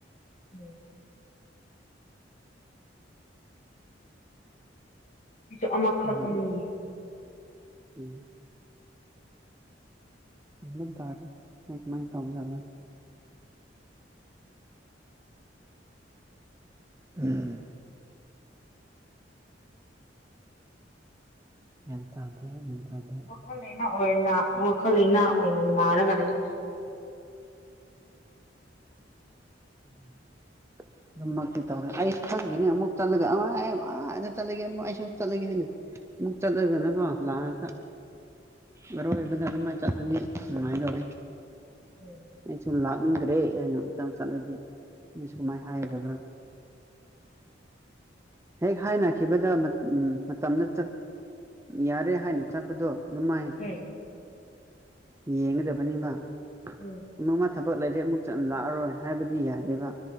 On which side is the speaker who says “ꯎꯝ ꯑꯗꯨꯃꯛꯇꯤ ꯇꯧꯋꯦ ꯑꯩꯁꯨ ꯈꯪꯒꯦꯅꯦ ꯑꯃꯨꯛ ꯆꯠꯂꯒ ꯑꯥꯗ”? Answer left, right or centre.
Right